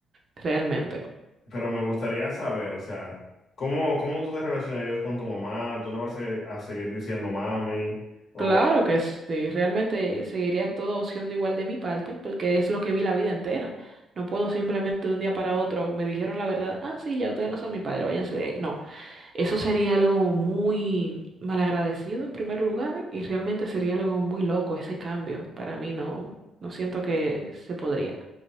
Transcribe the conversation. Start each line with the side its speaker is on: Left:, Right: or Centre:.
Right: realmente.
Left: Pero me gustaría saber, o sea, ¿cómo, cómo tú te relacionarías con tu mamá? ¿Tú le vas a, a seguir diciendo mami? O,
Right: Claro que sí, realmente seguiría todo siendo igual de mi parte, porque es lo que vi la vida entera. No puedo simplemente de un día para otro, me dijeron la verdad, ah, sí, ya ustedes no son mi padre, váyanse de ahí. No. Eso sería algo muy malagradecido en primer lugar y realmente sería algo muy loco ese cambio. Para mí no, no siento que se podría.